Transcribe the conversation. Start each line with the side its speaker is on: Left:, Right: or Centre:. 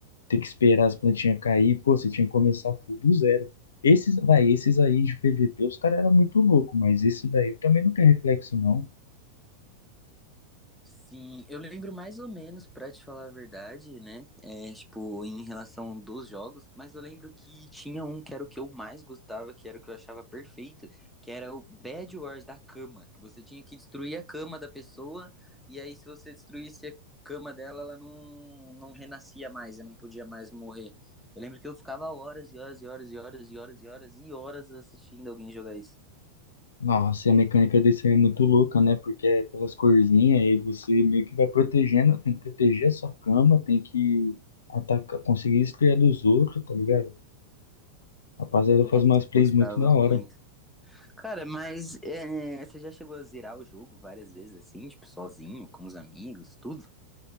Left: ter que esperar as plantinhas cair, pô, você tinha que começar full do zero. Esses, vai, esses aí de PVP, os caras eram muito loucos, mas esse daí também não tem reflexo, não.
Centre: Sim, eu lembro mais ou menos, pra te falar a verdade, né? É, tipo, em relação dos jogos, mas eu lembro que tinha um que era o que eu mais gostava, que era o que eu achava perfeito, que era o Bed Wars da cama, que você tinha que destruir a cama da pessoa, e aí se você destruísse a cama dela, ela não, não renascia mais, ela não podia mais morrer. Eu lembro que eu ficava horas e horas e horas e horas e horas e horas e horas assistindo alguém jogar isso.
Left: Nossa, e a mecânica desse aí é muito louca, né? Porque é pelas corzinhas, aí você meio que vai protegendo, tem que proteger a sua cama, tem que atacar, conseguir esfriar dos outros, tá ligado? Rapaziada,
Centre: Nossa,
Left: faz umas plays
Centre: gostava
Left: muito da
Centre: muito.
Left: hora.
Centre: Cara, mas é, você já chegou a zerar o jogo várias vezes assim, tipo, sozinho, com os amigos, tudo?